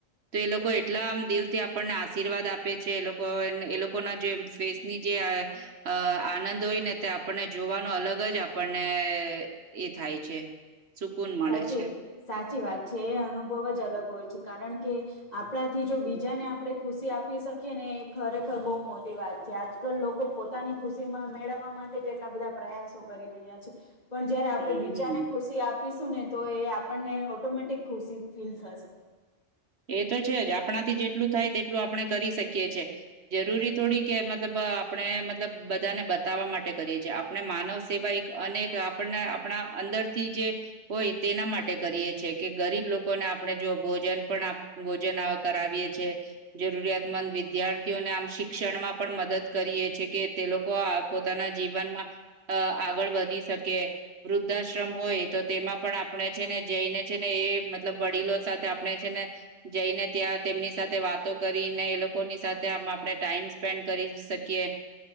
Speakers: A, on the right; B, on the left.
A: તો એ લોકો એટલા આમ દિલથી આપણને આશીર્વાદ આપે છે એ લોકો <unintelligible> એ લોકો ના જે ફેસ ની જે અ આનંદ હોય ને તે આપણને જોવાનું અલગ મગજ આપણને એ થાય છે સુકૂન મળે
B: સાચી
A: છે
B: સાચી વાત છે એ અનુભવ જ અલગ હોય છે કારણ કે આપણાથી જો બીજાને આપણે ખુશી આપી શકીએ ને એ ખરેખર બહુ મોટી વાત છે, આજકાલ લોકો પોતાની ખુશીમાં મેળવવા માટે એટલા બધા પ્રયાસો કરી રહ્યા છે. પણ જયારે આપડે
A: હમ
B: બીજાને ખુશી આપીશું ને તો એ આપણને ઓટોમેટિક ખુશી ફીલ થશે.
A: એ તો છે જ આપણા થી જેટલું થાય તેટલું આપણે કરી શકીએ છે, જરૂરી થોડીક મતલબ આપણે મતલબ બધાને બતાવવા માટે કરીએ છીએ આપણે માનવ સેવા એક અનેક આપણને આપણા અંદર થી જે, હોય તેના માટે કરીએ છી કે ગરીબ લોકોને આપણે જો ભોજન પણ આપ ભોજન કરાવીએ છે, જરૂરિયાતમંદ વિદ્યાર્થીઓને આમ શિક્ષણમાં પણ મદદ કરીએ છે કે તે લોકો પોતાના જીવનમાં, આગળ વધી શકે, વૃદ્ધાશ્રમ હોય તો તેમાં પણ આપણે છે ને જઈને છે એ મતલબ વડીલો સાથે આપણે છે ને જઈને ત્યાં તેમની સાથે વાતો કરીને એ લોકોની સાથે આપણે ટાઈમ સ્પેન્ડ કરી શકીએ.